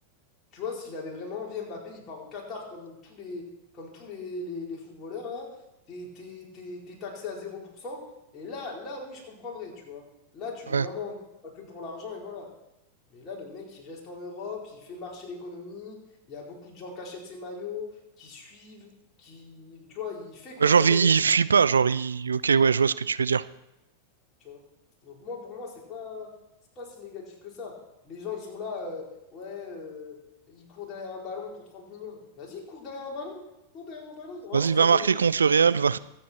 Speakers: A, on the left (about 30°); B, on the right (about 75°).
A: tu vois, s'il avait vraiment envie, Mbappé, il part au Qatar comme tous les, comme tous les, les, les footballeurs, là. T'es, t'es, t'es- t'es taxé à zéro pour cent Et là, là, oui, je comprendrais, tu vois. Là, tu
B: ouais.
A: veux vraiment pas que pour l'argent, et voilà. Mais là, le mec, il reste en Europe, il fait marcher l'économie. Il y a beaucoup de gens qui achètent ses maillots, qui suivent, qui, tu vois, il fait consommer
B: Bah, Genre, il, il
A: les gens.
B: fuit pas. Genre, il... Ok, ouais, je vois ce que tu veux dire.
A: Tu vois? Donc moi, pour moi, c'est pas, c'est pas si négatif que ça. Les gens, ils sont là, euh, ouais, euh, ils courent derrière un ballon pour 30 millions. Vas-y, cours derrière un ballon. Cours derrière un ballon. On va voir
B: Vas-y,
A: si tu
B: va
A: vas
B: marquer
A: gagner.
B: contre le Real, va